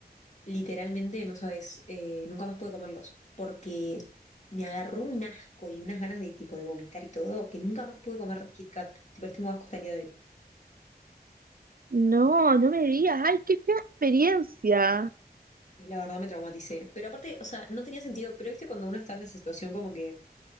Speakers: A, on the left (about 45°); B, on the right (about 60°).
A: literalmente no sabes, eh, nunca más pude comerlos porque me agarró un asco y unas ganas de tipo de vomitar y todo, que nunca más pude comer Kit Kat, tipo, les tengo asco hasta el día de hoy.
B: No, no me digas. Ay, qué fea experiencia.
A: Y la verdad me traumaticé. Pero aparte, o sea, no tenía sentido, pero viste cuando uno está en esa situación como que